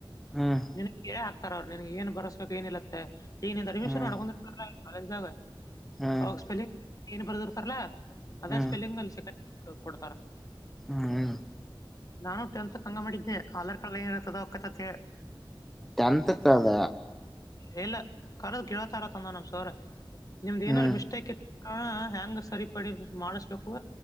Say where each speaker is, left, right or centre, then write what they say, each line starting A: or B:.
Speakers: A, in the centre; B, on the left.
A: ಹ್ಮ್
B: ನಿನಗ ಕೇಳೆ ಹಾ ತಾರ ಅವ್ರ ನಿನ್ಗ್ ಏನ್ ಬರ್ಸ್ಬೇಕ್ ಏನ ಇಲ್ಲತ್ತ ಈಗ ನಿಂದ ಅಡ್ಮಿಷನ್
A: ಹ್ಮ್
B: ಮಾಡಕೊಂಡಿರ್ತಾರಲ್ಲ ಕಾಲೇಜ್ದಾಗ
A: ಹ್ಮ್
B: ಅವಾಗ ಸ್ಪೆಲ್ಲಿಂಗ್ ಏನ್ ಬರೆದಿರ್ತಾರಲಾ ಅದೇ
A: ಹ್ಮ್
B: ಸ್ಪೆಲ್ಲಿಂಗ್ ಅಲ್ಲಿ ಸೆಕಂಡ್ ಕೊಡ್ತಾರ.
A: ಹ್ಮ್ ಹ್ಮ
B: ನಾನು ಟೆಂತ್ತಕ್ಕ ಹಂಗ ಮಾಡಿದ್ನೆ ಆಧಾರ್ ಕಾರ್ಡ್ ಏನಿರುತ್ತದ ಅಕ್ಕತ ಅಂತ್ಹೇಳಿ
A: ಟೆಂತ್ತಕ್ಕದ
B: ಏನಿಲ್ಲ ಕರದು ಕೇಳತಾರತಂದ ನಮ್ ಸರ ನಿಮ್ದ್ ಏನಾರ
A: ಹ್ಮ್
B: ಮಿಸ್ಟೇಕ್ ಇತ್ ಹಾ ಹೆಂಗ್ ಸರಿಪಡಿ ಮಾಡಿಸ್ಬೇಕ್ ಕೂ